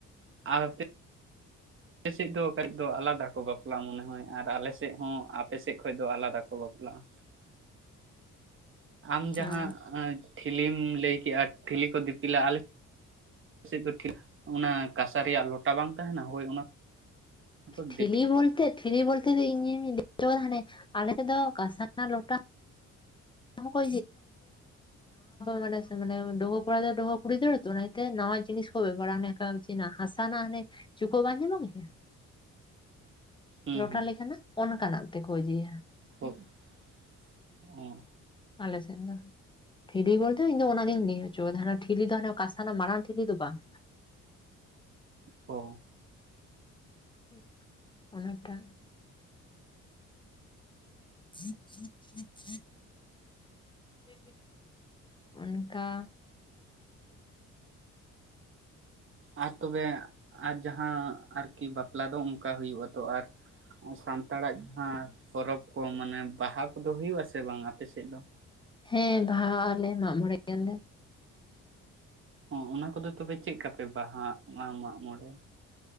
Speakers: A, on the right; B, on the left.
A: ᱟᱨ ᱟᱞᱮ ᱥᱮᱫ ᱫᱚ ᱠᱟᱹᱡ ᱫᱚ ᱟᱞᱟᱫᱟ ᱠᱚ ᱵᱟᱯᱞᱟᱜᱼᱟ ᱢᱚᱱᱮ ᱦᱳᱭ ᱟᱨ ᱟᱞᱮ ᱥᱮᱫ ᱦᱚᱸ ᱟᱯᱮ ᱥᱮᱫ ᱠᱷᱚᱡ ᱫᱚ ᱟᱞᱟᱫᱟ ᱠᱚ ᱵᱟᱯᱞᱟᱜᱼᱟ᱾ ᱟᱢ ᱡᱟᱦᱟᱸ
B: ᱚ
A: ᱴᱷᱤᱞᱤᱢ ᱞᱟᱹᱭ ᱠᱮᱜᱼᱟ ᱴᱷᱤᱞᱤ ᱠᱚ ᱫᱤᱯᱤᱞᱟ, ᱟᱞᱮ ᱟᱞᱮ ᱥᱮᱫ ᱫᱚ ᱴᱷᱤᱠ ᱚᱱᱟ ᱠᱟᱥᱟ ᱨᱮᱭᱟᱜ ᱞᱚᱴᱟ ᱵᱟᱝ ᱛᱟᱦᱮᱸᱱᱟ ᱦᱳᱭ ᱚᱱᱟ ᱠᱚ
B: ᱴᱷᱤᱞᱤ
A: ᱫᱤᱯᱤᱞ
B: ᱵᱚᱞᱛᱮ ᱴᱷᱤᱞᱤ ᱵᱚᱞᱛᱮ ᱤᱧᱤᱧ ᱞᱟᱹᱭᱟᱹᱫᱟ ᱦᱟᱱᱮ ᱟᱞᱮ ᱥᱮᱫ ᱫᱚ ᱠᱟᱥᱟ ᱨᱮᱱᱟᱜ ᱞᱚᱴᱟ <unintelligible> ᱱᱟᱣᱟ ᱠᱚ ᱢᱟᱱᱮ ᱢᱟᱱᱮ ᱰᱟᱹᱝᱣᱟᱹ ᱠᱚᱲᱟ ᱫᱚ ᱰᱟᱹᱝᱣᱟᱹ ᱠᱩᱲᱤ ᱫᱟᱹᱲᱼᱟ ᱛᱚ ᱚᱱᱟᱛᱮ ᱱᱟᱣᱟ ᱡᱤᱱᱤᱥ ᱠᱚ ᱵᱮᱵᱷᱟᱨᱟ ᱚᱱᱮ ᱚᱱᱠᱟ᱾ ᱦᱟᱥᱟ ᱨᱮᱱᱟᱜ ᱦᱟᱱᱮ ᱪᱩᱠᱟᱹᱜ ᱵᱟᱝ ᱧᱟᱢᱚᱜ ᱜᱮᱭᱟ ᱾
A: ᱦᱩᱸ
B: ᱞᱚᱴᱟ
A: ᱦᱩᱸ
B: ᱞᱮᱠᱟᱱᱟᱜ ᱚᱱᱠᱟᱱᱟᱜ ᱛᱮᱠᱚ ᱤᱭᱟᱹᱭᱟ᱾
A: <unintelligible>
B: ᱟᱞ ᱥᱮᱱ ᱫᱚ ᱴᱷᱤᱞᱤ ᱵᱚᱞᱛᱮ ᱤᱧ ᱚᱱᱟᱜᱤᱧ ᱞᱟᱹᱭ ᱦᱚᱪᱚ ᱠᱟᱫᱟ ᱴᱷᱤᱞᱤ ᱫᱚ ᱦᱟᱱᱮ ᱠᱟᱸᱥᱟ ᱨᱮᱱᱟᱜ ᱢᱟᱨᱟᱝ ᱴᱷᱤᱞᱤ ᱫᱚ ᱵᱟᱝ᱾
A: ᱚ ᱾
B: <unintelligible> <unintelligible> ᱚᱱᱠᱟ
A: ᱟᱨ ᱛᱚᱵᱮ ᱟᱨ ᱡᱟᱦᱟᱸ ᱟᱨᱠᱤ ᱵᱟᱯᱞᱟ ᱫᱚ ᱚᱱᱠᱟ ᱦᱩᱭᱩᱜ ᱟᱛᱚ ᱟᱨ <unintelligible> ᱥᱟᱱᱛᱟᱲᱟᱜ ᱡᱟᱦᱟᱸ ᱯᱚᱨᱚᱵᱽ ᱠᱚ ᱢᱟᱱᱮ ᱵᱟᱦᱟ ᱠᱚᱫᱚ ᱦᱩᱭᱩᱜ ᱟᱥᱮ ᱵᱟᱝ ᱟᱯᱮ ᱥᱮᱫ ᱫᱚ?
B: ᱦᱮᱸ ᱵᱟᱦᱟ ᱟᱞᱮ ᱢᱟᱜ ᱢᱚᱸᱬᱮ ᱜᱮᱭᱟ ᱞᱮ᱾
A: ᱚ ᱻᱚᱱᱟ ᱠᱚᱫᱚ ᱛᱚᱵᱮ ᱪᱮᱫ ᱞᱮᱠᱟᱯᱮ ᱵᱟᱦᱟ ᱢᱟᱜ ᱢᱚᱬᱮ